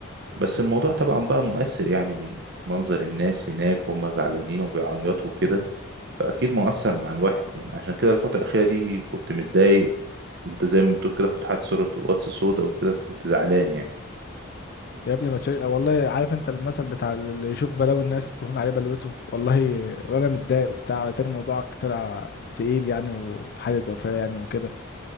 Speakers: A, on the right; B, on the left.
A: بس الموضوع طبعا بقى مؤثر يعني منظر الناس هناك وهم زعلانين وبيعيطوا وكده فأكيد مؤثر مع الواحد يعني عشان كده الفترة الأخيرة دي كنت متضايق كنت زي ما بتقول كده كنت حاطط صورة واتس سودا وكده فكنت زعلان يعني
B: يا ابني ما تشيل والله عارف انت المثل بتاع اللي يشوف بلاوي الناس تهون عليه بلوته والله وانا متضايق وبتاع تاني موضوعك طلع تقيل يعني وفي حالة وفاة يعني وكده